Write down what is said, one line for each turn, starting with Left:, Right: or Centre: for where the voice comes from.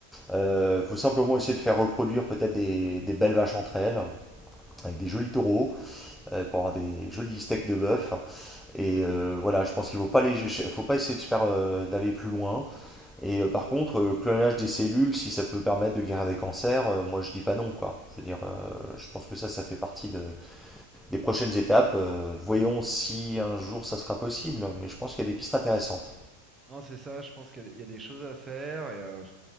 Centre: Euh, faut simplement essayer de faire reproduire peut-être des, des belles vaches entre elles, avec des jolis taureaux, euh, pour avoir des jolis steaks de bœuf. Et euh, voilà, je pense qu'il faut pas les, faut pas essayer de faire euh, d'aller plus loin. Et euh, par contre, euh, le clonage des cellules, si ça peut permettre de guérir des cancers, euh, moi je dis pas non quoi. Je veux dire, euh, je pense que ça, ça fait partie de- des prochaines étapes. Euh, voyons si un jour ça sera possible, mais je pense qu'il y a des pistes intéressantes.
Right: Non, c'est ça, je pense qu'il y a il y a des choses à faire. Et, euh,